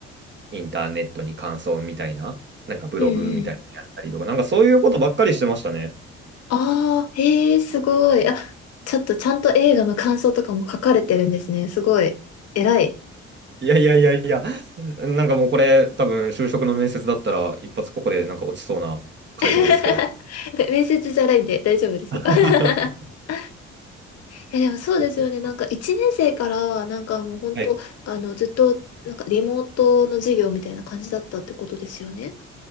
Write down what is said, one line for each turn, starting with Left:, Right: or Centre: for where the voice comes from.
Right: う、インターネットに感想みたいな、なんかブログみたいなのやったりとか、
Left: うんうん
Right: なんかそういうことばっかりしてましたね。
Left: ああ、へえ、すごい。あ、ちょっとちゃんと映画の感想とかも書かれてるんですね。すごい。偉い。
Right: いやいやいやいや、<laughs> なんかもうこれ、多分就職の面接だったら、一発ここでなんか落ちそうな回答ですけど。
Left: <laughs> 面接じゃないんで大丈夫ですよ。
Right: <laughs>
Left: <laughs> いや、でもそうですよね。
Right: は
Left: なんか1年生から、なんかもう本当、
Right: い。
Left: あの、ずっと、なんかリモートの授業みたいな感じだったってことですよね。